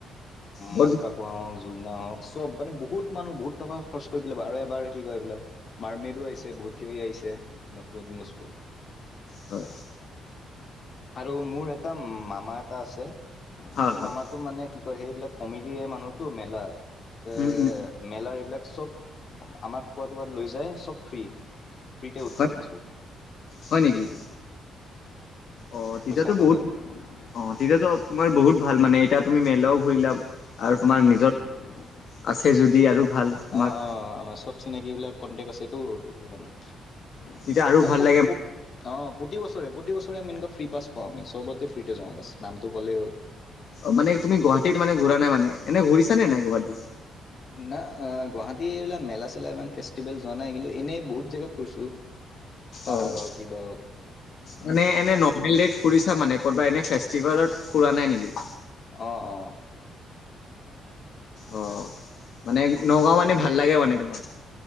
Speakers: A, on the left; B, on the left.
A: বহুত
B: মটকা কুঁৱা হওক, জোলনা হওক চব মানে বহুত মানুহ বহুত টকা খৰচ কৰি পেলাই আৰু এবাৰ কি কয় এইবিলাক মাৰ্মেডো আহিছে বহুত কিব আহিছে। নতুন বস্তু
A: হয়।
B: আৰু মোৰ এটা মামা এটা আছে,
A: হয়
B: সেই
A: হয়
B: মামাটো মানে কি সেইবিলাক কমিডিৰে মানুহতো মেলা ত,
A: উম উম
B: মেলাৰ এইবিলাক চব আমাক ক'বাত, ক'ৰবাত লৈ যায় চব ফ্ৰী। ফ্ৰীতে উঠোঁ,
A: হয়
B: আমি চব অ'।
A: হয় নেকি অ, তেতিয়াতো
B: পইচা নলয়
A: বহুত অ, তেতিয়াতো তোমাৰ বহুত ভাল মানে এতিয়া তুমি মেলাও ঘূৰিলা। আৰু তোমাৰ
B: উম
A: নিজৰ আছে যদি আৰু ভাল তোমাক
B: অ', অ', আমাৰ চব চিনাক বিলাক কন্টেকট আছে। মি,
A: তেতিয়া আৰু ভাল
B: প,
A: লাগে
B: প, অ'। প্ৰতি বছৰে প্ৰতি বছৰেমেনেকুৱা ফ্ৰী পা পাওঁ আমি চবতে ফ্ৰীতে যাওঁ বাছ নামটো ক'লে
A: অ মে তুমি গাহীত মানে ঘুৰা নাই মান এনে ঘূৰিছ নে নাই গুৱাহাটী
B: ন গুৱাহাটী এইবিলাক মেলা চেলা ইমান ফেষ্টিভেল যোৱা নাই কিন্তু এনেই বহুত জেগা ফুুৰছোঁ পাহাৰৰ
A: অ
B: কি দ
A: মানে এনে নৰ্মেল ডট ফুৰিছা মানে কৰ'বা এনে ফেষ্টিভেলত ফুৰা নাই নেকি
B: অ', অ',
A: অ মানে নগাঁও মানে ভাল লাগে মানে তোমাক